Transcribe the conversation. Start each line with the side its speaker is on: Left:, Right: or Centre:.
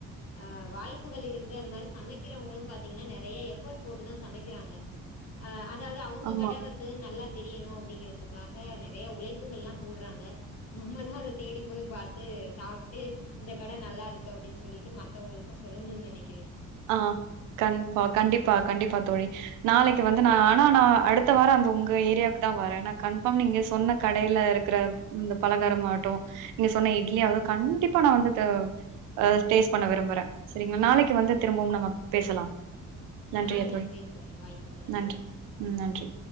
Left: ஆ வாய் வாய்ப்புகள் இருக்கு அது மாரி சமைக்கிறவங்களு பாத்தீங்கன்னா நறைய எஃபர்ட் போட்டுதா சமைக்கிறாங்க அ அதாவது அவுங்க
Right: ஆமா.
Left: கட வத்து நல்லா தெரியணு அப்டிங்கறதுக்காக நிறைய உழைப்புகள்ல்லா போட்றாங்க நம்மதா அத தேடி போய் பாத்து சாப்ட்டு இந்த கட நல்லா இருக்கு அப்டின்னு சொல்லிட்டு மத்தவங்களுக்கு சொ லுனு நெனை
Right: ஆ கன்ஃபா கண்டிப்பா கண்டிப்பா தோழி நாளைக் வந்து ஆனா நா அடுத்த வார அந்த உங்க ஏரியாவுக்கு தா வரே கன்ஃபார்ம் நீங்க சொன்ன கடைல இருக்குற இந்த பலகாரமாவட்டு நீங்க சொன்ன இட்லியாவது கண்டிப்பா நா வந்து அ டேஸ்ட் பண்ண விரும்புறே செரிங்க நாளைக்கு வந்து திரும்பவும் நம்ம பேசலா நன்றிக
Left: ஆ
Right: தோழி
Left: நன்றி வாய்ப்புக்கு
Right: நன்றி ம் நன்றி